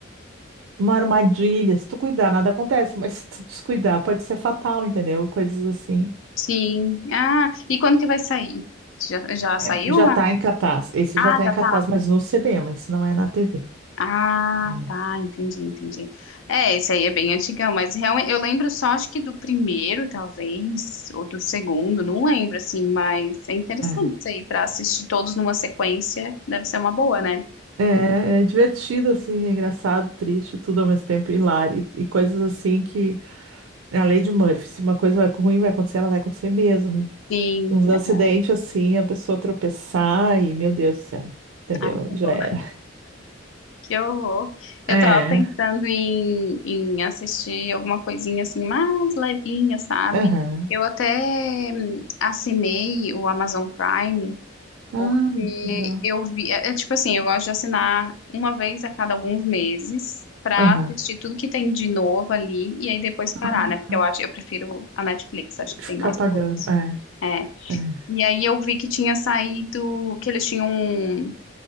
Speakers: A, on the right; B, on the left.
A: uma armadilha, se tu cuidar, nada acontece, mas se tu descuidar, pode ser fatal, entendeu? Coisas assim.
B: Sim. Ah, e quando que vai sair? Já, já saiu
A: É, já
B: lá?
A: tá em cartaz. Esse
B: Ah,
A: já tá
B: já
A: em cartaz,
B: tá.
A: mas no CD, mas não é na TV.
B: Ah,
A: Hum.
B: tá, entendi, entendi. É, esse aí é bem antigão, mas realmente eu lembro só acho que do primeiro, talvez, ou do segundo, não lembro assim, mas é interessante
A: É,
B: isso aí para assistir todos numa sequência, deve ser uma boa, né?
A: é é divertido, assim, é engraçado, triste, tudo ao mesmo tempo, hilário, e, e coisas assim que É a lei de Murphy. Se uma coisa vai ruim vai acontecer, ela vai acontecer mesmo. E
B: Sim.
A: uns
B: <laughs>
A: acidentes assim, a pessoa tropeçar e, meu Deus do céu, entendeu?
B: aham. Ai, que
A: Já
B: horror,
A: era.
B: que horror. Eu
A: É.
B: tava pensando
A: <laughs>
B: em, em assistir alguma coisinha assim mais levinha, sabe?
A: Aham.
B: Eu até hum, assinei o Amazon Prime
A: Ah,
B: Porque
A: que legal.
B: eu vi, é, é tipo assim, eu gosto de assinar uma vez a cada alguns meses pra
A: Aham.
B: assistir tudo que tem de novo ali e aí depois parar,
A: Ah,
B: né? Porque eu acho, eu prefiro a Netflix, acho
A: Tem
B: que
A: que
B: tem
A: ficar
B: mais
A: pagando.
B: coisas.
A: É,
B: É.
A: é.
B: E aí eu vi que tinha saído, que eles tinham